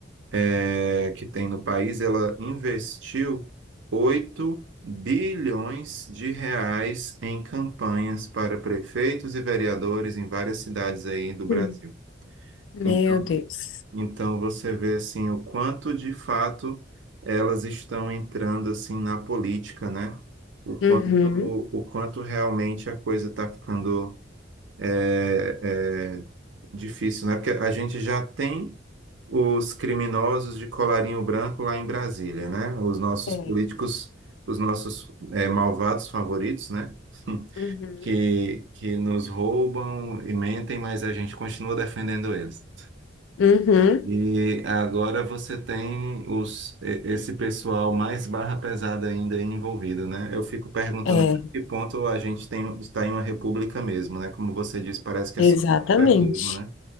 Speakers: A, on the right; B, on the left.
A: é, que tem no país, ela investiu 8 bilhões de reais em campanhas para prefeitos e vereadores em várias cidades aí do Brasil.
B: Hum. Meu
A: Então,
B: Deus.
A: então você vê assim o quanto de fato elas estão entrando assim na política, né? O quanto,
B: Uhum.
A: o quanto realmente a coisa está ficando é, é difícil, né? Porque a gente já tem os criminosos de colarinho branco lá em Brasília, né? Os nossos
B: É.
A: políticos, os nossos é, malvados favoritos, né? <laughs>
B: Uhum.
A: Que, que nos roubam e mentem, mas a gente continua defendendo eles.
B: Uhum.
A: E agora você tem os, e- esse pessoal mais barra pesada ainda envolvido, né? Eu fico perguntando
B: É,
A: até que ponto a gente tem, está em uma república mesmo, né? Como você disse, parece que
B: exatamente.
A: é só um papel mesmo, né?